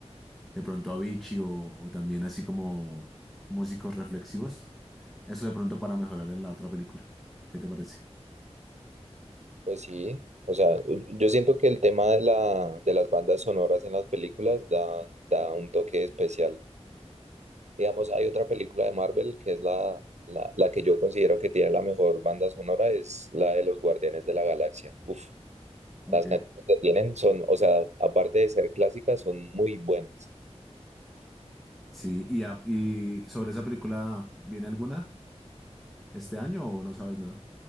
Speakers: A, in the centre; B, on the right.
A: De pronto Avicii o, o también así como músicos reflexivos. Eso de pronto para mejorar en la otra película. ¿Qué te parece?
B: Pues sí, o sea, yo siento que el tema de la, de las bandas sonoras en las películas da, da un toque especial. Digamos, hay otra película de Marvel que es la, la, la que yo considero que tiene la mejor banda sonora, es la de los Guardianes de la Galaxia. Uf,
A: Ok.
B: las canciones que tienen son, o sea, aparte de ser clásicas, son muy buenas.
A: Sí, y, a- y sobre esa película, ¿viene alguna este año o no sabes nada?